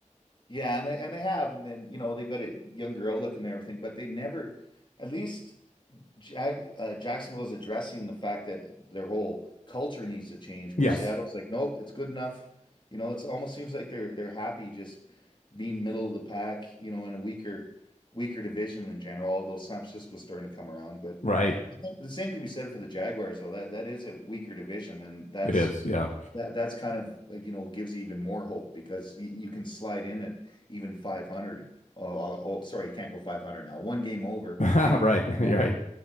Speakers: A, on the left; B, on the left.
A: Yeah, and they and they have, and then you know they've got a young girl looking and everything, but they never, at least Jag uh, Jacksonville is addressing the fact that their whole culture needs to change. Where
B: Yes.
A: Seattle's like, nope, it's good enough. You know, it's almost seems like they're they're happy just being middle of the pack. You know, in a weaker weaker division in general. Although San Francisco's starting to come around, but
B: Right.
A: the same, the same could be said for the Jaguars, though. That that is a weaker division, and that's
B: It is. Yeah.
A: That that's kind of like, you know gives you even more hope because you, you can slide in at even 500. Oh, oh, oh, sorry, you can't go 500 now. One game over,
B: <laughs> Right.
A: even one game
B: <laughs> You're
A: up,
B: right.